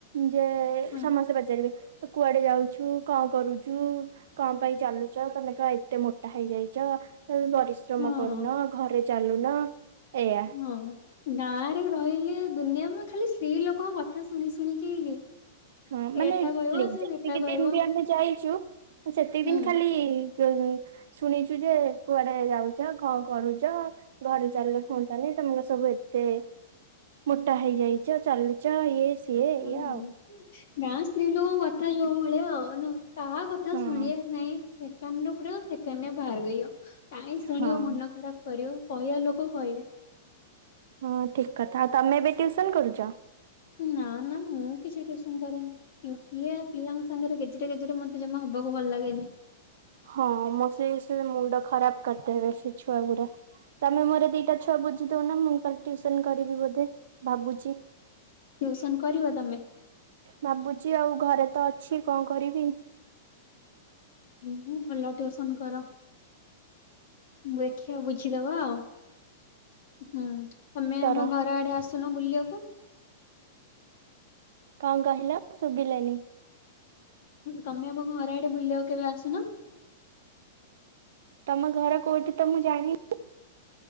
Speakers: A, on the right; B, on the left.
A: ଯେ
B: ହଁ
A: ସମସ୍ତେ ପଚାରିବେ କୁଆଡେ ଯାଉଛି? ତୁ କଣ କରୁଛୁ? କମ୍ ପାଇଁ ଚାଲୁଛ ତମେ କ ଏତେ ମୋଟା ହେଇଯାଇଛ। ପରିଶ୍ରମ
B: ହଁ
A: କରୁନ ଘରେ। ଚାଲୁ ନା ଏଆ
B: ହଁ ଗାଁ ରେ ରହିଲେ ଦୁନିଆ ମୁ ଖାଲି ସ୍ତ୍ରୀ ଲୋକଙ୍କ କଥା। କଥା ଶୁଣି ଶୁଣିକି।
A: ହଁ ମାନେ
B: ଏଟା କହିବ ସେ
A: ଯେତିକି
B: ସେଟା କହିବ
A: ଦିନ ବି ଆମେ ଯାଇ ଛୁ ସେତିକି
B: ହୁଁ
A: ଦିନ ଖାଲି ଶୁଣିଛୁ ଯେ କୁଆଡେ ଯାଉଛ କଣ କରୁଛ ଘରେ ଚାଲିଲେ ହୁଅନ୍ତାନି ତମର ସବୁ ଏତେ ମୋଟା ହେଇଯାଇଛ ଚାଲୁଚ ଇଏ ସିଏ ଇଏ
B: ହଁ
A: ଆଉ
B: ଗାଁ ସ୍ତ୍ରୀ ଲୋକଙ୍କ କଥା ଯଉ ଭଳିଆ ଆ କାହା କଥା
A: ହଁ
B: ଶୁଣିବାର ନାଇଁ। ସୋନ ପଡ ଆଉ ସୋନ ବାହାରଗବ ଟହିଁ ଶୁଣିବ
A: ହଁ
B: ମନ ଖରାପ କରିବ। କହିବାେ ଆଉ ଲୋକକୁ କହିବେ
A: ହଁ ଠିକ କଥା ଆଉ ତମେ ବି ଟ୍ୟୁଉସନ କରୁଛ।
B: ନା ନା ମୁଁ କିଛି ଟ୍ୟୁସନ କରେନି। ଏ ପିଲାଙ୍କ ସାଙ୍ଗରେ ଗେଜେରେ ଗେଜରେ ମ ତ ଜମା ହବାକୁ ଭଲ ଲାଗେନି।
A: ହଁ ମ ସେ ସେ ମୁଣ୍ଡ। ଖରାପ କରିଦେବେ ସିଏ। ଛୁଆ ଗୁରା ତମେ ମୋର ଦିଟା ଛୁଆ ବୁଝ ନା ମୁଁଙ୍କର ଟ୍ୟୁସନ କରିବି ବୋଧେ ଭାବୁଛି।
B: ଟ୍ୟୁସନ କରିବ ତମେ
A: ଭାବୁଛି ଆଉ ଘରେ ତ ଅଛି କଣ କରିବି?
B: ମୁଁ ଭଲ ଟିଉସନ କର ମୁ ଦେଖିବା ବୁଝିଦବା ଆଉ। ହୁଁ ତମେ
A: କର
B: ଆମ ଘର ଆଡେ ଆସୁନ ବୁଲିବା
A: କଣ କହିଲ ଶୁଭିଲାନି?
B: ତମେ ଆମ ଘରେ ଆଡେ ବୁଲି କେବେ ଆସୁନ।
A: ତମ ଘର କୋଉଠି ତ ମୁଁ ଜାଣିଛିି।